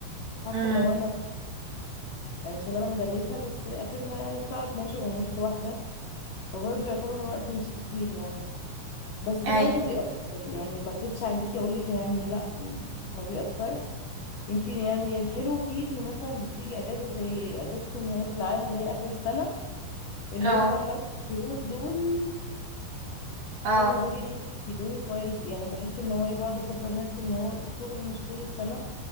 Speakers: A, on the left (about 85°); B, on the right (about 60°).
A: حتى
B: اه
A: لو انا أنا شغاله مدرسه بس اخرنا يعني الساعه 12 ونص واحده فبرضه يعتبر الوقت مش كتير يعني بس
B: اي
A: برضه بيأثر يعني ما اكدبش عليكي اقول لك يعني لا ما بيأثرش يمكن يعني الحلو فيه ان مثلا بتيجي اجازه زي اجازه نهايه العام اللي هي اخر السنه اللي
B: اه
A: هم الاربع شهور دول
B: اه
A: هما دول يعني اللي بيفيدوني كويس يعني بحس ان هو ايه بقعد اصبر نفسي ان هو شغل مش طول السنه